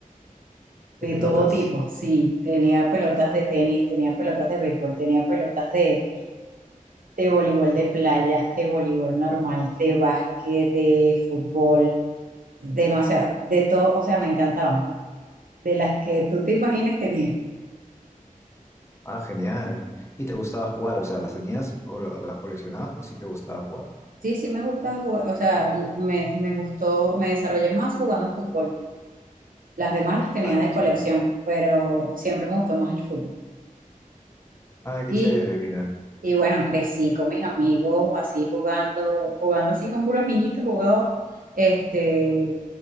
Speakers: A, on the left; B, on the right.
A: De
B: de
A: pelotas.
B: todo tipo, sí, tenía pelotas de tenis, tenía pelotas de béisbol, tenía pelotas de, de voleibol de playa, de voleibol normal, de básquet, de fútbol, demasiado, de todo, o sea, me encantaban, de las que tú te imagines tenía.
A: Ah, genial. ¿Y te gustaba jugar? O sea, ¿las tenías o la- las coleccionabas o si te gustaba jugar?
B: Sí, sí me gusta jugar, o sea, me, me gustó, me desarrollé más jugando fútbol. Las demás las tenía
A: Ah,
B: de colección,
A: chévere.
B: pero siempre me gustó más el fútbol.
A: Ah, qué
B: Y,
A: chévere, mira.
B: y bueno, crecí con mis amigos así jugando, jugando así con puros niñitos, jugaba. Este,